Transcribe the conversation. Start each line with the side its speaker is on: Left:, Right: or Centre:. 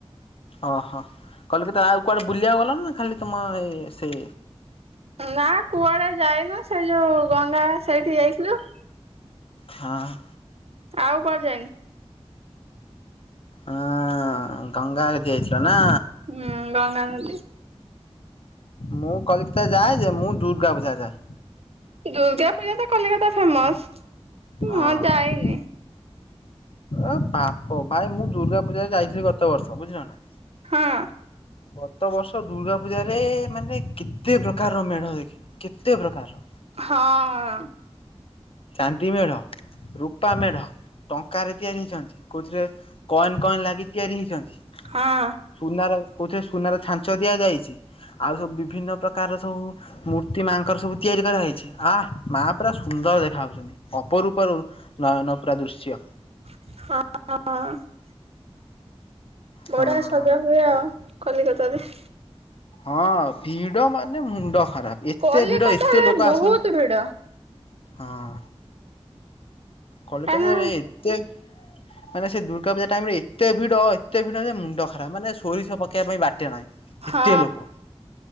Left: ଅହ କଲିକତା ଆଉ କୁଆଡ଼େ ବୁଲିବାକୁ ଗଲ ନା ଖାଲି ତମ ଏ ସେ
Right: ନା କୁଆଡେ ଯାଇନୁ ସେ ଯୋଉ ଗଙ୍ଗା ସେଇଠି ଯାଇଥିଲୁ।
Left: ହାଁ।
Right: ଆଉ କୁଆଡେ ଯାଇନୁ।
Left: ହଁ ଗଙ୍ଗା ଆଡେ ଯାଇଥିଲ ନା।
Right: ହୁଁ ଦଣା ନଦୀ।
Left: ମୁଁ କଲିକତା ଯାଏ ଯେ ମୁଁ ଦୁର୍ଗା ପୂଜା ଯାଏ।
Right: ଦୁର୍ଗା ପୂଜା ତ କଲିକତା ଫେମସ।
Left: ହଁ।
Right: ମୁଁ ଯାଇନି।
Left: ଏ ବାପ ଭାଇ ମୁଁ ଦୁର୍ଗା ପୂଜାରେ ଯାଇଥିଲି ଗତ ବର୍ଷ ବୁଝିଲ ନା।
Right: ହଁ।
Left: ଗତ ବର୍ଷ ଦୁର୍ଗା ପୂଜ ରେ ମାନେ କେତେ ପ୍ରକାର ମେଢ ଦେଖିନି କେତେ ପ୍ରକାର।
Right: ହଁ।
Left: ଚାନ୍ଦୀମେଢ଼, ରୂପାମେଢ଼ ଟଙ୍କ ତିଆରି ହେଇଛନ୍ତି କୋଉଥିରେ କଏନ କଏନ ଲାଗି ତିଆରି ହେଇଚନ୍ତି।
Right: ହଁ।
Left: ସୁନାର କୋଉଥିରେ ସୁନାର ଛାଞ୍ଚ ଦିଆଯାଇଛି ଆଉ ସବୁ ବିଭିନ୍ନ ପ୍ରକାର ସବୁ ମୂର୍ତ୍ତି ମାଙ୍କର ସବୁ ତିଆରି କରାହେଇଛି ଆ ମା ପୁରା ସୁନ୍ଦର ଦେ ଦେଖାଯାଉଛନ୍ତି ଅପରୂପର ନୟନ ପୁରା ଦୃଶ୍ୟ।
Right: ହଁ। ବଢିଆ
Left: ହଁ
Right: ସଜା ହୁଏ ଆଉ କଲିକତରେ।
Left: ହଁ ଭିଡ ମାନେ ମୁଣ୍ଡ ଖରାପ ଏତେ
Right: କଲିକତାରେ
Left: ଭିଡ ଏତେ ଲୋକ
Right: ବହୁତ
Left: ଆସନ୍ତି।
Right: ଭିଡ
Left: ହଁ। କଲିକାତା
Right: କାହିଁନା
Left: ରେ ଏତେ ମାନେ ସେ ଦୁର୍ଗା ପୂଜା ଟାଇମ ରେ ଏତେ ଭିଡ ଏତେ ଭିଡ ଯେ ମୁଣ୍ଡ ଖରାପ ମାନେ ସୋରିଷ ପକେଇବା ପାଇଁ ବାଟେ ନାହିଁ।
Right: ହଁ
Left: ଏତେ ଲୋକ